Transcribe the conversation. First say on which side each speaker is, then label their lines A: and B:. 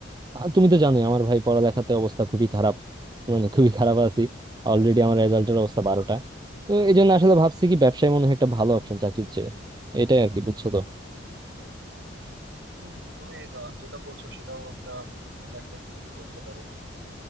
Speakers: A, on the right; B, on the right.
A: আর তুমি তো জানোই আমার ভাই পড়ালেখাতে অবস্থা খুবই খারাপ মানে খুবই খারাপ আছি অলরেডি আমার রেজাল্টের অবস্থা বারোটা তো এই জন্য আসলে ভাবছি কি ব্যবসায় মনে হয় একটা ভালো অপশন চাকরির চেয়ে এটাই আর কি বুঝছো তো
B: হুম তুমি আহ, যেটা বলছো সেটাও একটা ভালো একটা দিকই বলতে পারো